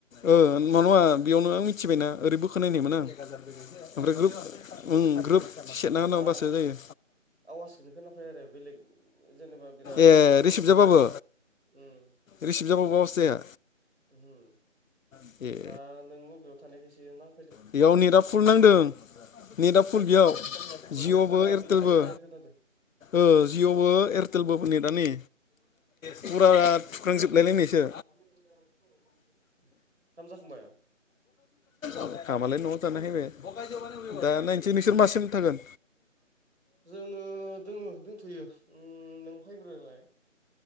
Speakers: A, on the left; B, on the right.
A: ओ नङा नङा बेयावनो मिथिबायना ओरै बोखो नायनायमोन आं ओमफ्राय ग्रोब उम ग्रोब सेरना होनांगौ
B: नङा
A: होमबासो जायो
B: आवाजखौनो खोनाफाया रे बेलेग जेनेबा बिराद
A: ए
B: नेट नांगोनदांलै
A: रिसिभ जाबाबो
B: उम
A: रिसिभ जाबाबो आवाज जाया
B: ओहोम
A: ए
B: दा नों अबेयाव थानायखायसो नां
A: बेयाव नेटा फुल नांदों नेटआ फुल
B: उम
A: बेयाव जिअ'बो
B: बिराद
A: एयारटेलबो
B: मोजां क्लियार खोनादो।
A: ओ जिअ'बो एयारटेलबोबो नेटा नै फुरा थुख्रांजोबलाय लायनायसो
B: <inaudible> ओंखाम जाखांबाय?
A: ओंखामालाय न'आव जाना फैबाय।
B: थौ
A: दा
B: मा
A: नायनोसै
B: मैगंमोनलाय
A: नोंसोर मासिम थागोन?
B: जोङो दङ दंथयो नों फैग्रोलाय